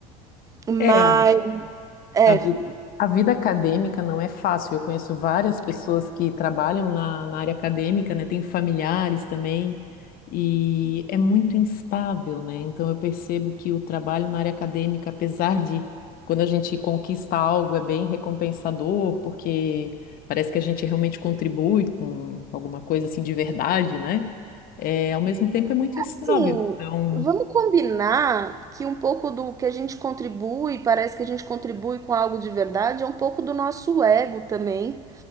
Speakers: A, on the right; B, on the left.
A: Mas
B: É,
A: é,
B: A, vi- a vida acadêmica não é fácil. Eu conheço várias pessoas que trabalham na, na área acadêmica, né? Tenho familiares também, e é muito instável, né? Então eu percebo que o trabalho na área acadêmica, apesar de quando a gente conquista algo, é bem recompensador, porque parece que a gente realmente contribui com alguma coisa assim de verdade, né? É, ao mesmo tempo é muito instável.
A: Assim,
B: Então.
A: vamos combinar que um pouco do que a gente contribui, parece que a gente contribui com algo de verdade, é um pouco do nosso ego também.